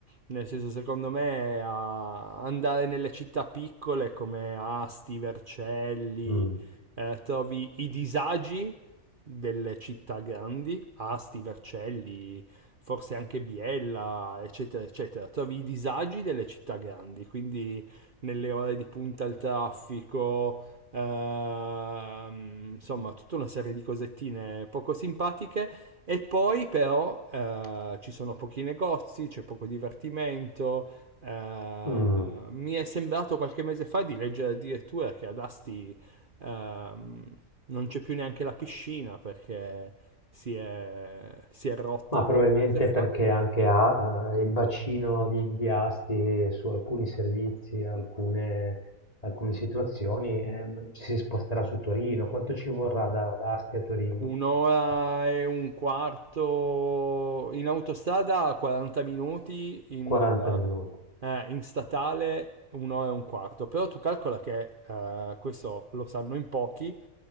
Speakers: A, on the right (about 40°); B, on the left (about 25°).
A: nel senso secondo me a- andare nelle città piccole come Asti, Vercelli,
B: Mm,
A: eh, trovi i disagi delle città grandi, Asti, Vercelli, forse anche Biella, eccetera, eccetera, trovi i disagi delle città grandi, quindi nelle ore di punta al traffico Ehm, insomma, tutta una serie di cosettine poco simpatiche. E poi, però, eh, ci sono pochi negozi, c'è poco divertimento. eh,
B: mm.
A: mi è sembrato qualche mese fa di leggere addirittura che ad Asti ehm, non c'è più neanche la piscina perché si è, si è rotta
B: Ma
A: qualche
B: probabilmente
A: mese fa.
B: perché anche ha eh, il bacino di, di Asti su alcuni servizi, alcune, alcune situazioni, ehm, ci si sposterà su Torino. Quanto ci vorrà da, da Asti a Torino?
A: Un'ora e un quarto in autostrada, 40 minuti, in,
B: 40 minuti.
A: eh, in statale un'ora e un quarto. Però tu calcola che eh, questo lo sanno in pochi,